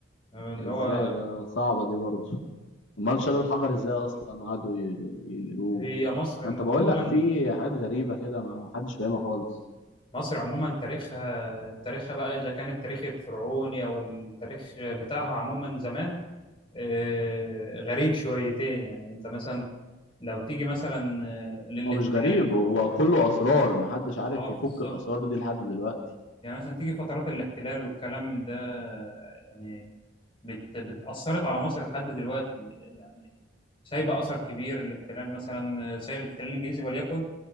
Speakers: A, on the left; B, on the left.
A: يعني اللي
B: ازاي
A: هو
B: ده صعبة دي برضه امال شالوا الحجر ازاي اصلا وقعدوا ي- ينقلوه
A: هي مصر
B: ما انت
A: عموما
B: بقول لك في حاجات غريبة كده ما حدش فاهمها خالص
A: مصر عموما تاريخها تاريخها بقى إذا كان التاريخ الفرعوني أو التاريخ بتاعها عموما زمان آه، غريب شويتين يعني أنت مثلا لو تيجي مثلا آه، للاحتلال
B: هو مش غريب هو كله اسرار محدش عارف
A: اه بالظبط
B: يفك الاسرار دي لحد دلوقتي
A: يعني مثلا تيجي فترات الاحتلال والكلام من ده يعني بت... بتأثرت على مصر لحد دلوقتي يعني سايبة أثر كبير الاحتلال مثلا آه، سايب الاحتلال الإنجليزي وليكن